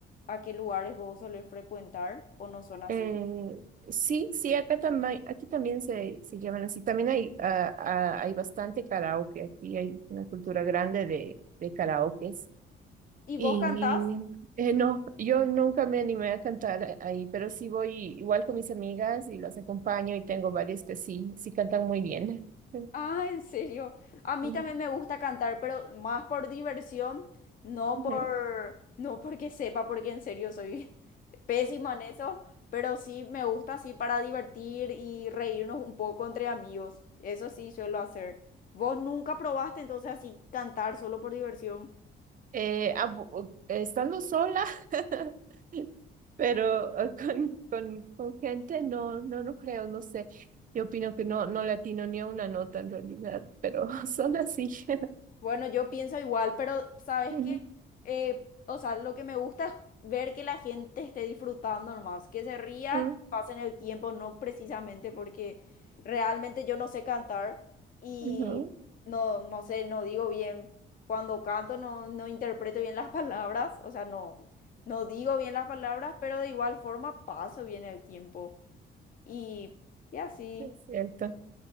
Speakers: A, on the left (about 45°); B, on the right (about 45°).
A: a qué lugares vos solés frecuentar o no son así.
B: Eh, sí, sí, acá también, aquí también se, se llaman así. También hay, ah, ah, hay bastante karaoke. Aquí hay una cultura grande de, de karaokes.
A: ¿Y
B: Y
A: vos cantás?
B: eh, no, yo nunca me animé a cantar ahí, pero sí voy igual con mis amigas y las acompaño y tengo varias que sí, sí cantan muy bien. <laughs>
A: Ah, en serio. A mí
B: Ujú,
A: también me gusta cantar, pero más por diversión, no
B: ujú.
A: por, no porque sepa, porque en serio soy <laughs> pésima en eso, pero sí me gusta así para divertir y reírnos un poco entre amigos. Eso sí suelo hacer. ¿Vos nunca probaste entonces así cantar solo por diversión?
B: Eh, ah, bu- eh, estando sola. <laughs> Pero eh, con, con, con gente no, no, no creo, no sé. Yo opino que no, no le atino ni a una nota en realidad, pero <laughs> son así. <laughs>
A: Bueno, yo pienso igual, pero sabes
B: Mm,
A: que, o sea, lo que me gusta es ver que la gente esté disfrutando nomás, que se rían,
B: mm,
A: pasen el tiempo, no precisamente porque realmente yo no sé cantar y
B: No,
A: no, no sé, no digo bien, cuando canto no, no interpreto bien <laughs> las palabras, o sea, no, no digo bien las palabras, pero de igual forma paso bien el tiempo y, y así.
B: es cierto.